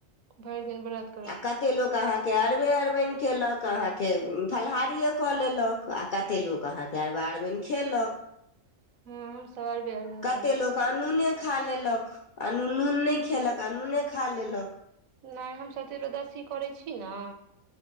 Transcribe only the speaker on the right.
भरि दिन बरत
हँ हम शबे अरबैन
करै
छी
नहि हमसब त्रोदशी करै छी ने